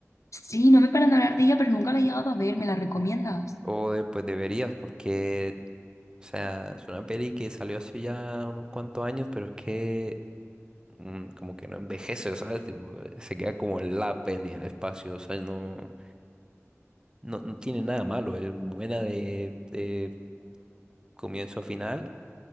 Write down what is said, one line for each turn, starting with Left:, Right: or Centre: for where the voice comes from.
Left: Sí, no me paran de hablar de ella, pero nunca la he llegado a ver, ¿me la recomiendas?
Right: O eh, pues deberías, porque, o sea, es una peli que salió hace ya unos cuantos años, pero es que mm, como que no envejece, ¿sabes? Tipo, eh, se queda como en la peli, el espacio, o sea, no, no, no tiene nada malo, es buena de, de comienzo a final.